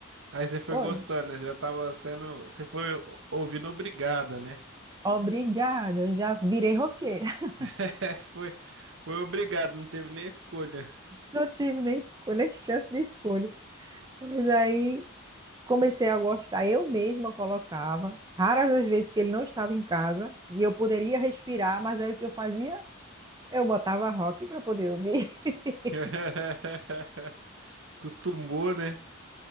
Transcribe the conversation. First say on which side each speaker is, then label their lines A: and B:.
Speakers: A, on the right; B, on the right.
A: Aí você foi
B: Foi.
A: gostando, né? Já tava sendo. Você foi o- ouvindo obrigada, né?
B: Obrigada, já virei roqueira. <laughs>
A: <laughs> Foi, foi obrigado, não teve nem escolha.
B: Não tive nem escolha, chance de escolha. Mas aí Comecei a gostar, eu mesma colocava, raras as vezes que ele não estava em casa e eu poderia respirar, mas aí o que eu fazia? Eu botava rock para poder ouvir. <laughs>
A: <laughs> Costumou, né?